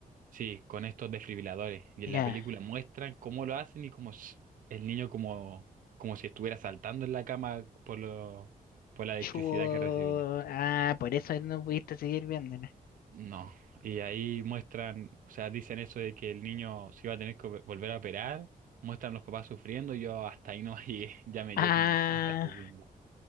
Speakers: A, on the right; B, on the left.
A: sí, con estos desfibriladores. Y en
B: Ya.
A: la película muestran cómo lo hacen y cómo s- el niño como, como si estuviera saltando en la cama por lo, por la electricidad
B: Chu.
A: que recibía.
B: Ah, por eso no pudiste seguir viéndola.
A: No, y ahí muestran, o sea, dicen eso de que el niño se iba a tener que vo- volver a operar, muestran los papás sufriendo, y yo hasta ahí no llegué, <laughs> ya me
B: Ah,
A: dio como cosas sufriendo.